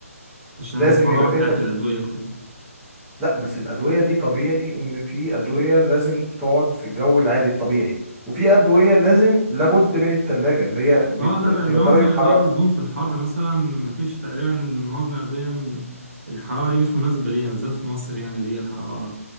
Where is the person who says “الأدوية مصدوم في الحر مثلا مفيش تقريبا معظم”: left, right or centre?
Right